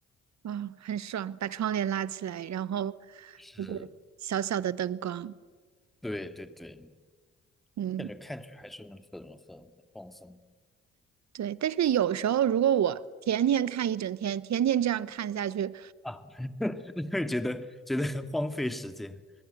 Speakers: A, on the right; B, in the centre.
A: 啊、很爽，把窗帘拉起来，然后
B: 是，
A: 那个小小的灯光，
B: 对对对，
A: 嗯，
B: 我感觉看剧还是很很很很放松。
A: 对。但是有时候如果我天天看一整天，天天这样看下去，
B: 啊，<laughs> 会觉得觉得荒废时间，